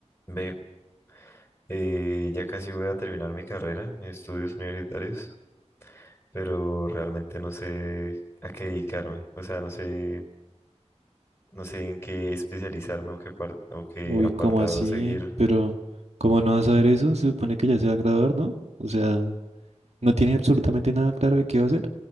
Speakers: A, on the left; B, on the right.
A: Ve, eh, ya casi voy a terminar mi carrera, mis estudios universitarios, pero realmente no sé a qué dedicarme. O sea, no sé, no sé en qué especializarme o qué par- o qué
B: Uy,
A: apartado
B: ¿cómo así?
A: seguir.
B: Pero, ¿cómo no vas a ver eso? Se supone que ya se va a graduar, ¿no? O sea, no tiene absolutamente nada claro de qué va a hacer.